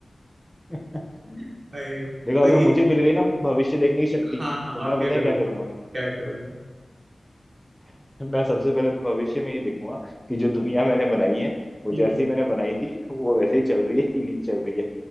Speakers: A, in the centre; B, on the right.
A: <laughs>
B: भाई
A: देखो अगर
B: तो ये
A: मुझे मिल गई ना भविष्य देखने की शक्ति
B: हाँ हाँ
A: तो मैं
B: आप क्या
A: पता
B: करोगे
A: है क्या करूंगा
B: क्या करोगे
A: <laughs> मैं सबसे पहले भविष्य में ये देखूंगा कि जो दुनिया मैंने बनाई है वो
B: हम्म,
A: जैसी मैंने बनाई थी वो वैसे ही चल रही है कि नहीं चल रही है